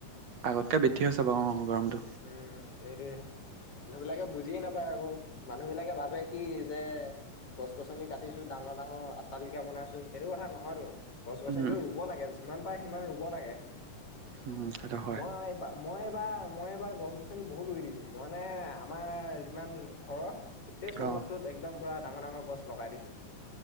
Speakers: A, on the right (about 60°); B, on the left (about 50°).
A: আগতকে বৃদ্ধি হৈছে বাৰু অ' গৰমটো।
B: উম সেইটোৱে। মানুহ বিলাকে বুজিয়ে নাপায় আকৌ। মানুহ বিলাকে ভাবে কি যে গছ গছনি কাটিছোঁ, ডাঙৰ ডাঙৰ আট্টলিকা বনাইছোঁ, সেইটো কথা নহয়তো। গছ গছনিটো
A: উম,
B: ৰুব লাগে যিমান পাৰে সিমান ৰুব লাগে
A: উম, সেইটো হয়
B: মই, এইবা মই এইবাৰ, মই এইবাৰ, গছ গছনি বহুত ৰুই দিছোঁ। মই মানে আমাৰ যিমান ঘৰৰ গোটেই চৌহদটোত
A: অ',
B: একদম পুৰা ডাঙৰ ডাঙৰ গছ লগাই দিছোঁ